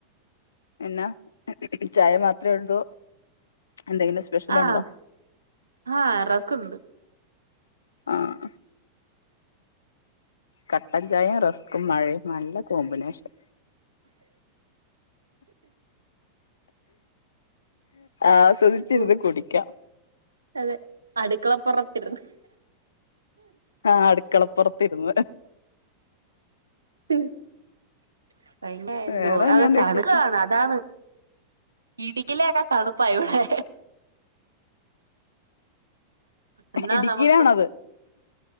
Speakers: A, on the left; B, on the right.
A: എന്നാ ചായ മാത് <unintelligible> ഉണ്ടോ എന്തെങ്കിലും സ്പെഷ്യൽ
B: ആഹ്
A: ഉണ്ടോ
B: ആഹ് റസ്ക് ഉണ്ട്
A: ആഹ് കട്ടൻചായയും റസ്ക്കും മഴയും നല്ല കോമ്പിനേഷൻ ആഹ് സുഖിച്ചിരുന്നു
B: ഉം
A: കുടിക്കാം
B: അതെ അടുക്കള പുറത്തിരുന്ന്
A: ആഹ് അടുക്കളപ്പുറത്തിരുന്ന്
B: <unintelligible> എന്തോ
A: വേറെ എന്നാണ്ട്
B: തണുക്കാണ്
A: വിശേഷം
B: അതാണ് ഇടുക്കിലേയൊക്കെ തണുപ്പാ ഇവിടെ എന്നാ
A: ഇടുക്കിയിലാണത്
B: നമുക്ക്